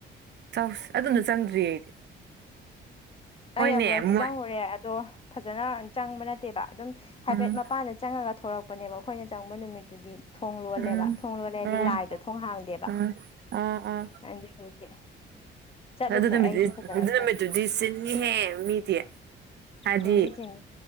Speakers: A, on the right (about 60°); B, on the left (about 30°).
A: ꯆꯧꯁ ꯑꯗꯨꯝꯅ ꯆꯪꯗ꯭ꯔꯤꯌꯦ ꯑꯩꯗꯤ ꯍꯣꯏꯅꯦ
B: ꯑꯩ ꯑꯃꯨꯔꯛꯇꯤ
A: ꯃꯣꯏ
B: ꯆꯪꯉꯨꯔꯦ ꯑꯗꯣ ꯐꯖꯅ ꯆꯪꯕ ꯅꯠꯇꯦꯕ ꯑꯗꯨꯝ ꯍꯥꯏꯐꯦꯠ
A: ꯎꯝ
B: ꯃꯄꯥꯟꯗ ꯆꯪꯉꯒ ꯊꯣꯔꯛꯄꯅꯦꯕ ꯑꯩꯈꯣꯏꯅ ꯆꯪꯕ ꯅꯨꯃꯤꯠꯇꯨꯗꯤ ꯊꯣꯡ ꯂꯣꯜꯂꯦꯕ
A: ꯎꯝ
B: ꯊꯣꯡ ꯂꯣꯜꯂꯦ ꯍꯥꯏꯗꯤ
A: ꯎꯝ
B: ꯂꯥꯏꯗꯣ ꯊꯣꯡ ꯍꯥꯡꯗꯦꯕ
A: ꯎꯝ ꯎꯝ ꯎꯝ
B: ꯑꯗꯨꯗꯨꯒꯤ ꯆꯠꯂꯨꯁꯦ
A: ꯑꯗꯨ ꯅꯃꯤꯠꯇꯨꯗꯤ
B: ꯑꯩꯁꯨ ꯐꯖꯅ
A: ꯑꯗꯨ ꯅꯃꯤꯠꯇꯨꯗꯤ
B: ꯆꯠꯇ꯭ꯔꯤ
A: ꯆꯤꯟ ꯅꯤꯍꯦ ꯃꯤꯗꯤ ꯍꯥꯏꯗꯤ
B: ꯆꯤꯟꯗꯤ ꯆꯤꯟꯅꯤ